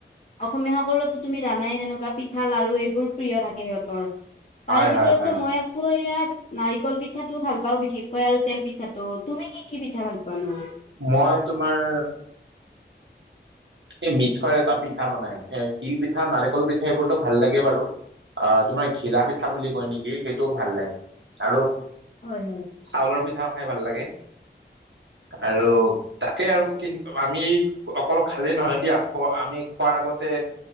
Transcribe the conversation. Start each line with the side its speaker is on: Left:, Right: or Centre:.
Left: অসমীয়া সকলো তুমি জানাই যেনেকুৱা পিঠা লাৰু এইবোৰ প্ৰিয় থাকে সিহঁতৰ। তাৰে
Right: হয়
Left: ভিতৰততো
Right: হয় হয়
Left: মই আকৌ এইয়া নাৰিকল পিঠাটো ভাল পাওঁ বিশেষকৈ আৰু তেল পিঠাটো। তুমি কি কি পিঠা ভাল পোৱা নো?
Right: মই তোমাৰ এই মিঠৈৰ এটা পিঠা বনাই, এ তিল পিঠা নাৰিকল পিঠা এইবোৰতো ভাল লাগে বাৰু, অ' তোমাৰ ঘিলা পিঠা বুলি কয় নেকি সেইটোও ভাল লাগে। আৰু
Left: হয়, হয়।
Right: চাউলৰ পিঠাও খাই ভাল লাগে। আৰু তাকে আৰু কিন্তু আমি অকল ভালেই নহয় দিয়া, খোৱা আমি খোৱাৰ আগতে